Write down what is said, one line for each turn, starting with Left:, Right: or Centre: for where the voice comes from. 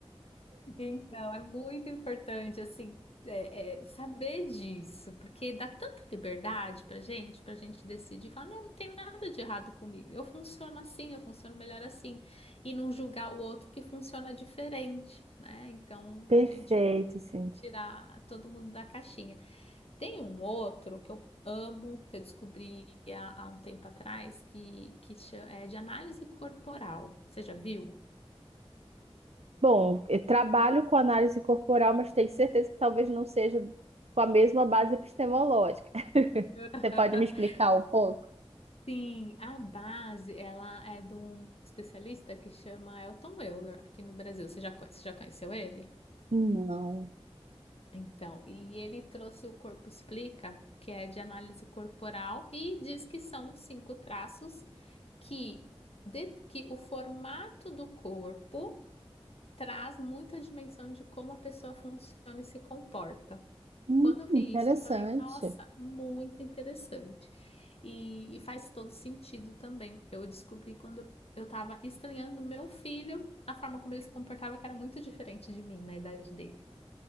Left: Então, é muito importante, assim, é, é, saber disso, porque dá tanta liberdade pra gente, pra gente decidir, falar, não, não tem nada de errado comigo, eu funciono assim, eu funciono melhor assim, e não julgar o outro que funciona diferente, né? Então,
Right: Perfeito,
Left: a gente
Right: Cintia.
Left: tirar todo mundo da caixinha. Tem um outro que eu amo, que eu descobri há, há um tempo atrás, que, que cha- é de análise corporal. Você já viu?
Right: Bom, eu trabalho com análise corporal, mas tenho certeza que talvez não seja com a mesma base epistemológica. <laughs> Você
Left: <laughs>
Right: pode me explicar um pouco?
Left: Sim, a base, ela é de um especialista que chama Elton Euler, aqui no Brasil. Você já, co- você já conheceu ele?
Right: Não.
Left: Então, e ele trouxe o Corpo Explica, que é de análise corporal, e diz que são cinco traços que, de- que o formato do corpo traz muita dimensão de como a pessoa funciona e se comporta.
Right: Hum,
Left: Quando eu vi
Right: interessante.
Left: isso, eu falei, nossa, muito interessante. E, e faz todo sentido também. Eu descobri quando eu estava estranhando meu filho, a forma como ele se comportava, que era muito diferente de mim na idade dele.